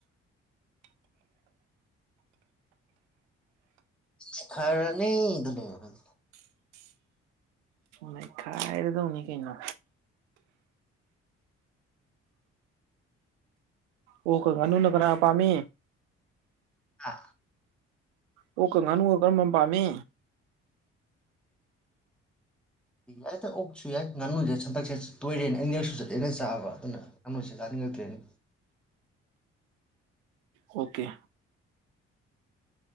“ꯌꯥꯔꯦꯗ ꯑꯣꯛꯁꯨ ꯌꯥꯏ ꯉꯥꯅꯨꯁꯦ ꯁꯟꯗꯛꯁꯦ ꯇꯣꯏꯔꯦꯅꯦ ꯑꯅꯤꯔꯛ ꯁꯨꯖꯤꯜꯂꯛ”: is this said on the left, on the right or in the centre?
Centre